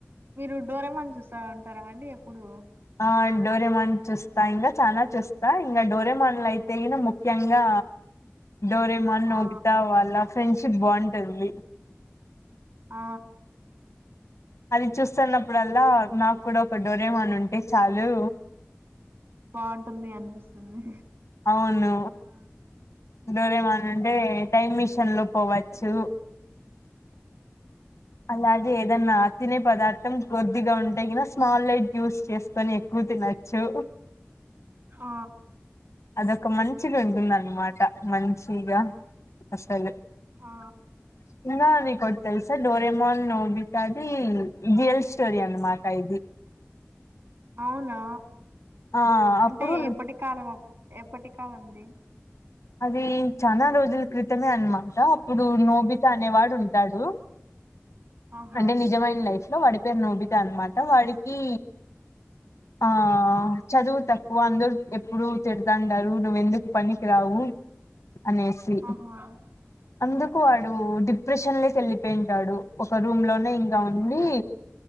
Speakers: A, on the right; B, on the left.
A: మీరు డోరేమాన్ చూస్తా ఉంటారా అండి ఎప్పుడు
B: ఆ డోరేమాన్ చూస్తా ఇంకా చానా చూస్తా ఇంకా డోరేమాన్లు అయితే ఈన ముఖ్యంగా డోరేమాన్ నోబితా
A: ఆ
B: వాళ్ళ ఫ్రెండ్షిప్ బాగుంటుంది
A: ఆ
B: అది చూస్తున్నప్పుడల్లా నాకు కూడా ఒక డోరేమన్ ఉంటే చాలు
A: బాగుంటుంది అనిపిస్తుంది
B: అవును
A: ఆ
B: డోరేమాను అంటే టైమ్ మెషీన్ లో పోవచ్చు అలాగే ఏదన్నా తినే పదార్థం కొద్దిగా ఉంటే గానా స్మాల్ లైట్ యూస్ చేసుకొని ఎక్కువ తినొచ్చు
A: ఆ
B: అదొక మంచిగా ఉంటుందన్నమాట మంచిగా అసలు
A: ఆ
B: <unintelligible> నీకు ఒకటి తెలుసా డోరమోన్ నోబితా అది రియల్ స్టోరీ అన్నమాట ఇది
A: అవునా
B: ఆ అప్పుడు
A: అంటే ఎప్పటి కాలం ఎప్పటి కాలంది
B: అదే చనా రోజుల క్రితమే అన్మాట ఇప్పుడు నోబిత అనే వాడు ఉంటాడు
A: ఆహా
B: అంటే నిజమైన లైఫ్ లో వాడి పేరు నొ్విిదా అన్నమాట వాడికి ఆ
A: ఆ
B: చదువు తక్వ వాళ్లందరూ ఎప్పుడు తిడతంటారు నువ్వ ఎందుకు పనికి రావు అనేసి
A: ఆహా
B: అందుకు
A: మ్మ్
B: వాడు ప్ పెషన్ కి వెళ్ళిపోయింటాడు ఒక రూమ్ లోనే ఇంకా ఉండి